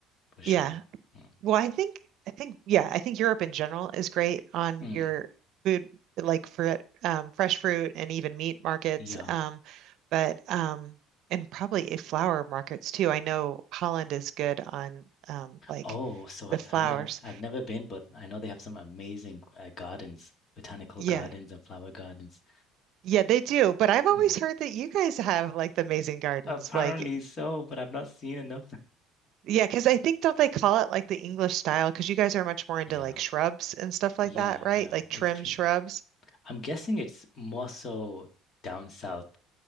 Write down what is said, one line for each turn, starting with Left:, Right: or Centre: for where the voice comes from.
Left: for sure.
Right: Yeah.
Left: Mm.
Right: Well, I think I think yeah, I think Europe in general is great on
Left: Mm,
Right: your food, like for um, fresh fruit and even meat markets.
Left: yeah.
Right: Um, but um, and probably a flower markets too. I know Holland is good on um, like
Left: Oh, so
Right: the
Left: I've
Right: flowers.
Left: heard. I've never been, but I know they have some amazing uh, gardens, botanical
Right: Yeah,
Left: gardens and flower gardens.
Right: yeah, they do. But I've always
Left: Mm.
Right: heard that you guys have like the amazing gardens.
Left: Apparently
Right: Like,
Left: so, but I've not seen enough.
Right: yeah, because I think don't they call it like the English style? Because you guys are much more into
Left: Yeah,
Right: like shrubs and stuff
Left: yeah,
Right: like that, right?
Left: yeah,
Right: Like
Left: it's
Right: trim
Left: true.
Right: shrubs.
Left: I'm guessing it's more so down south